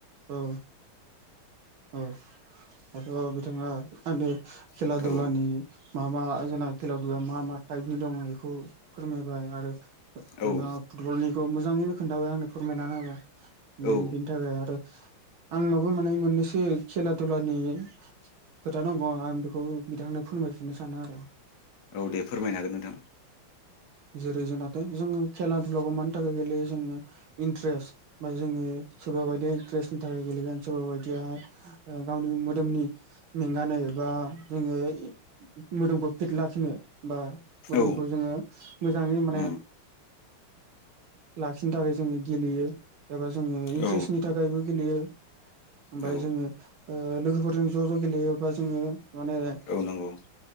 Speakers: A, on the right; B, on the left.
A: औ औ दाथ' बिथाङा आंनो खेला
B: उम
A: दुलानि मा मा जोंना खेला दुआ मा मा टाइपनि दङ बेखौ फोरमायबाय आरो नोंथांया
B: औ
A: फुटबलनिखौ मोजाङैनो खोन्थाबाय आंनो फोरमायनानै होबाय
B: औ औ
A: बेनि थाखाय आरो आंनावबो माने मोननैसो एसे खेला दुलानि खोथा दङ आं बेखौ बिथांनो फोरमायफिननो सानो आरो
B: औ दे फोरमायनो हागोन नोंथां।
A: जेरै जोंनाथ' जोङो खेला दुलाखौ मानि थाखाय गेलेयो जोङो इन्टारेस्ट बा जों जोङो सोरबा बायदिया इन्ट्रेस्टनि थाखाय गेलेगोन सोरबा बायदियहाय गावनि मोदोमनि मेंगानाय बा जोङो मोदोमखौ फिट लाखिनो बा मोदोमखौ
B: औ
A: जोङो मोजाङै माने
B: उम
A: लाखिनो थाखाय जोङो गेलेयो एबा जोङो इन्ट्रेस्टनि
B: औ
A: थाखायबो गेलेयो ओमफ्राय
B: औ
A: जोङो ओ लोगोफोरजों ज' ज' गेलेयोबा जोङो माने
B: औ नंगौ